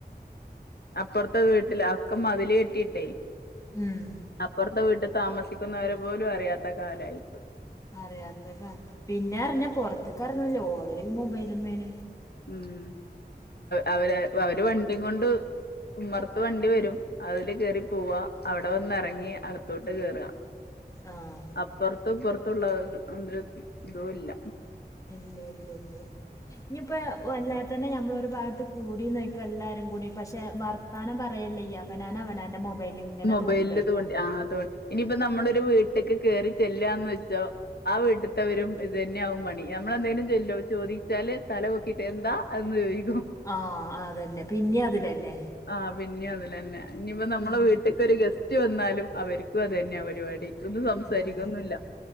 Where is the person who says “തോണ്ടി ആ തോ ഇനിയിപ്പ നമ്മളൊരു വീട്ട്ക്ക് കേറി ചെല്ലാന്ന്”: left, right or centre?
Left